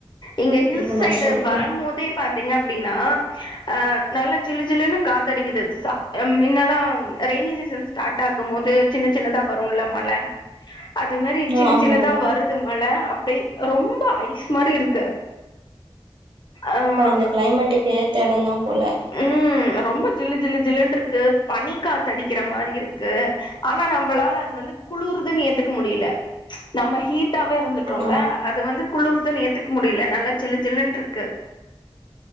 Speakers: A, on the left; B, on the right.
A: இங்க ஹில்ஸ்
B: இப்ப
A: சைடு
B: நா சொல்றே
A: வரம் போதே பாத்தீங்க அப்டின்னா அ நல்லா சில்லு சில்லுன்னு காத்தடிக்குது அ மின்னெல்லா ரெயனி சீ சன் ஸ்டார்ட்டாகும் போது சின்ன சின்னதா வரும்ல மழ அது மாரி சின்ன
B: ஆ ஆமா
A: சின்னதா
B: ஆமா
A: வருது மழ அப்டி ரொம்ப ஐஸ் மாரி இருக்கு அ
B: அப்ப இந்தந்த கிளைமேட்டுக்கு ஏத்த எடந்தா போல
A: ம் ரொம்ப ஜில்லு ஜில்லி ஜில்லுன்ருக்கு பனி காத் தடிக்கிற மாரி இருக்கு ஆனா நம்மளால அது வந்து குளிறுதுன்னு ஏத்துக்க முடியல நம்ம ஹீட்டாவே இருந்துட்டோல்ல
B: ஆ
A: அது வந்து குளிர் துன் ஏத்துக்க முடியல நல்லா சில்லு சில்லுன்ருக்கு